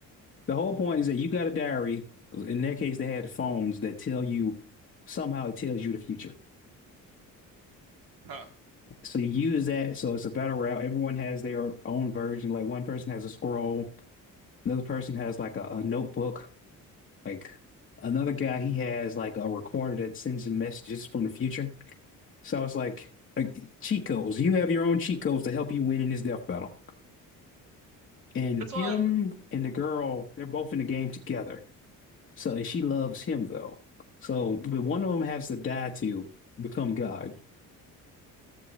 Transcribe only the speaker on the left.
The whole point is that you got a diary. In their case, they had phones that tell you somehow it tells you the future.
So you use that. So it's a battle royale. Everyone has their own version. Like one person has a scroll, another person has like a, a notebook. Like another guy, he has like a recorder that sends him messages from the future. So it's like, like cheat codes. You have your own cheat codes to help you win in this death battle. And
him
and the girl, they're both in the game together. So, and she loves him though. So, but one of them has to die to become God.